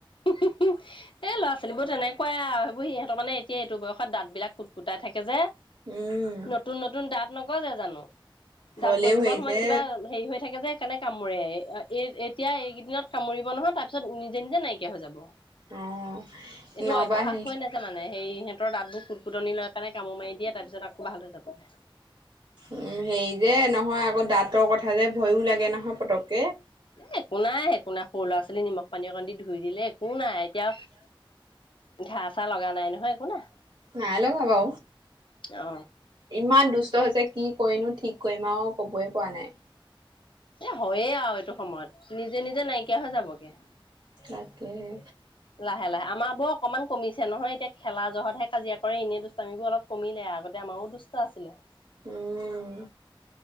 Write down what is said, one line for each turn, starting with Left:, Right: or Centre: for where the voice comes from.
Left: উম-উম এই ল'ৰা ছোৱালীবোৰ তেনেকুৱাই আৰু সেইবোৰ সিহঁতৰ মানে এতিয়া এইটো বয়সত দাঁত বিলাক কুটকুটাই থাকে যে
Right: উম।
Left: নতুন নতুন দাঁত নগজে জানো
Right: হ'লেও
Left: দাঁত গজিবৰ
Right: সেই
Left: সময়ত
Right: যে
Left: কিবা হেৰি হৈ থাকে যে? সেইকাৰণে কামোৰে এতিয়া এইকেইদিনত কামুৰিব নহয় তাৰপিছত নিজে-নিজে নাইকিয়া হৈ যাব।
Right: অ'
Left: এইটো
Right: নহবা
Left: অভ্যাস
Right: সেই
Left: হৈ নাচে মানে। সেই সিহতৰ দত বোৰ খুটকুটনি লয় কাৰণে কামোৰ মাৰি দিয়ে তাৰ পিছত আকৌ ভাল হৈ যাবগে।
Right: উম হেৰি যে নহয় আকৌ দাঁতৰ কথা যে ভয়ো লাগে নহয় পতক কে।
Left: এ একো নাই একো নাই সৰু ল'ৰা ছোৱালী নিমখ পানী অকণ দি ধুই দিলে একো নাই এতিয়া ঘা চা লগা নাই নহয় একো নাই।
Right: নাই লগা বু
Left: অ
Right: ইমান দুষ্ট হৈছে কি কৰি নো ঠিক কৰিম আৰু ক'বই পৰা নাই।
Left: এ' হয়য়ে আৰু এইটো সময়ত নিজে নিজে নাইকিয়া হৈ যাবগে।
Right: তাকে হে।
Left: লাহে লাহে আমাৰ বোৰ অকণমান কমিছে হে নহয় এতিয়া খেলা জহতহে কাজিয়া কৰে, এনেই দুষ্ট আমিবোৰ অলপ কমিলে আগতে আমাৰো দুষ্ট আছিলে। <inaudible>
Right: উম